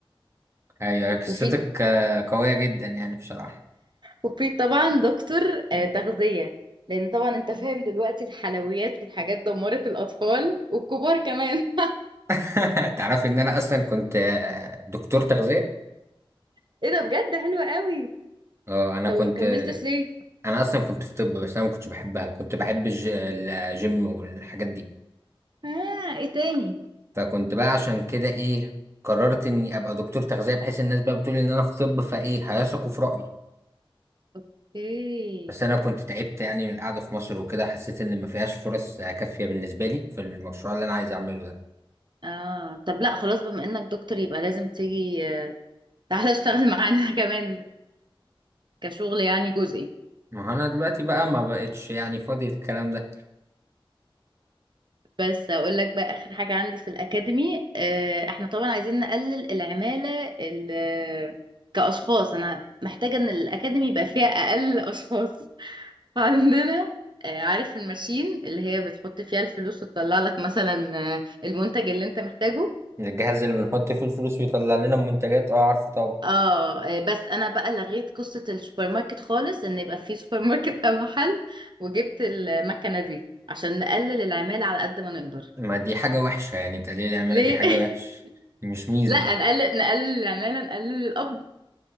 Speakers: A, on the right; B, on the right.
A: هي قصتك
B: وفي
A: آه، قوية جدا يعني بصراحة
B: وفي طبعا دكتور آه، تغذية لأن طبعا أنت فاهم دلوقتي الحلويات والحاجات دمرت الأطفال والكبار كمان
A: <laughs> تعرفي ان انا اصلا كنت آه، دكتور تغذية
B: <laughs> إيه ده بجد حلوة قوي
A: اه انا
B: طب
A: كنت
B: ومكملتش ليه؟
A: انا اصلا كنت في طب بس انا ما كنتش بحبها كنت بحب الج- الجيم والحاجات دي
B: آه إيه تاني؟
A: فكنت بقى عشان كده ايه قررت اني ابقى دكتور تغذية بحيث الناس بقى بتقول ان انا في طب فايه هيثقوا في رأيي
B: اوكي
A: بس انا كنت تعبت يعني من القعدة في مصر وكده حسيت ان ما فيهاش فرص كافية بالنسبة لي في المشروع اللي انا عايز اعمله ده
B: اه طب لا خلاص بما انك دكتور يبقى لازم تيجي آه، تعالى اشتغل معانا <laughs> كمان كشغل يعني جزئي
A: ما هو انا دلوقتي بقى ما بقتش يعني فاضي الكلام ده
B: بس اقول لك بقى اخر حاجة عندي في الاكاديمي آه، احنا طبعا عايزين نقلل العمالة ال- آه، كاشخاص انا محتاجة ان الاكاديمي يبقى فيها اقل اشخاص <laughs> عندنا آه، عارف الماشين اللي هي بتحط فيها الفلوس وتطلع لك مثلا آه، المنتج اللي انت محتاجه
A: الجهاز اللي بنحط فيه الفلوس ويطلع لنا المنتجات اه عارفه طبعا
B: اه آه، بس انا بقى لغيت قصة السوبر ماركت خالص ان يبقى في سوبر ماركت <laughs> او محل وجبت المكنة دي عشان نقلل العمالة على قد ما نقدر
A: ما دي حاجة وحشة يعني تقليل العمالة
B: ليه
A: دي حاجة
B: <laughs>
A: وحشة دي مش ميزة
B: لا
A: يعني
B: نقلل نقلل العمالة نقلل القبض